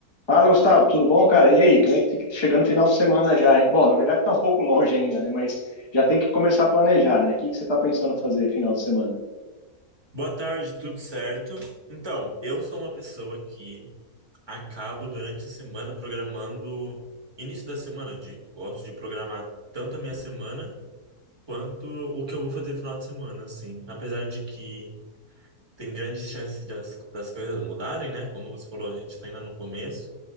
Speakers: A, on the left (about 20°); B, on the right (about 15°).
A: Fala, Gustavo, tudo bom, cara? E aí, como é que tá chegando no final de semana já, hein? Bom, na verdade tá um pouco longe ainda, né? Mas já tem que começar a planejar, né? O que que você tá pensando fazer final de semana?
B: Boa tarde, tudo certo? Então, eu sou uma pessoa que acabo durante a semana programando, início da semana, de, gosto de programar tanto a minha semana quanto o que eu vou fazer no final de semana, assim. Apesar de que tem grandes chances de as- das coisas mudarem, né? Como você falou, a gente está ainda no começo,